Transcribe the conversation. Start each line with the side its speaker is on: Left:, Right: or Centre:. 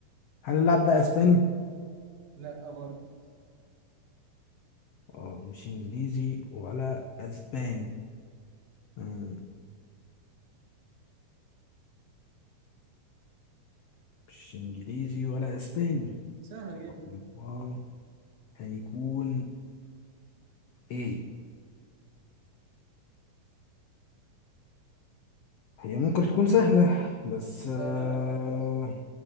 Left: هل اللاعب ده اسباني
Right: لا برضه
Left: اه مش انجليزي ولا اسباني مم. مش انجليزي ولا اسباني
Right: سهلة جدا
Left: طب هو هيكون ايه هي ممكن تكون سهلة بس
Right: اسهلها
Left: آه...
Right: لك اكتر